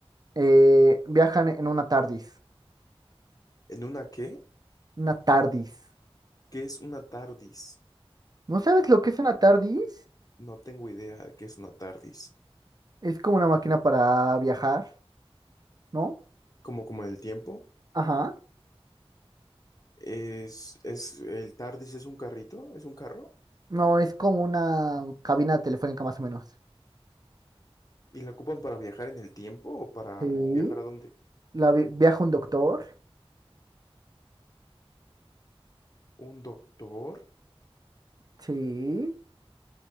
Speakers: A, on the right (about 40°); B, on the left (about 35°).
A: eh, viajan en una TARDIS?
B: ¿En una qué?
A: Una TARDIS.
B: ¿Qué es una TARDIS?
A: ¿No sabes lo que es una TARDIS?
B: No tengo idea de qué es una TARDIS.
A: Es como una máquina para viajar, ¿no?
B: Como como en el tiempo,
A: Ajá.
B: es es el TARDIS es un carrito, es un carro
A: No, es como una cabina telefónica más o menos.
B: y la ocupan para viajar en el tiempo o para
A: Sí.
B: viajar a dónde?
A: La vi- viaja un doctor.
B: ¿Un doctor?
A: Sí.